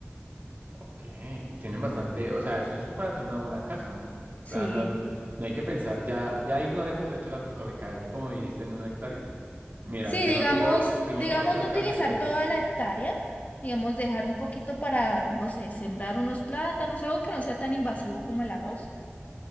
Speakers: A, on the right; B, on the left.
A: Ok, tienen bastante, o sea, eso es un- para hacer una buena casa, Nico. O
B: Sí.
A: sea, no, no hay que pensar, ya, ya ignoremos el hecho de la prefabricada, es que como dijiste en una hectárea, mira,
B: Sí,
A: primero
B: digamos,
A: que todo, te- primero
B: digamos
A: que todo tenemos
B: no utilizar
A: que hacer,
B: toda la hectárea, digamos dejar un poquito para, no sé, sembrar unos plátanos, algo que no sea tan invasivo como el arroz.